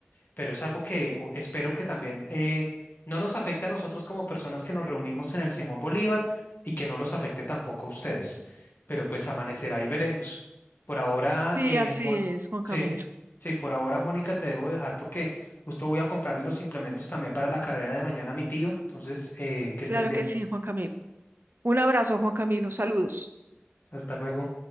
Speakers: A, on the left (about 55°); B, on the right (about 55°).
A: pero es algo que o- espero que también eh, no nos afecte a nosotros como personas que nos reunimos en el Simón Bolívar y que no los afecte tampoco a ustedes. Pero pues amanecerá y veremos. Por ahora,
B: Sí,
A: eh,
B: así
A: Mon-
B: es, Juan
A: sí,
B: Camilo.
A: sí, por ahora, Mónica, te debo dejar porque justo voy a comprarle los implementos también para la carrera de mañana a mi tío. Entonces, eh, que estés
B: Claro
A: bien.
B: que sí, Juan Camilo. Un abrazo, Juan Camilo. Saludos.
A: Hasta luego.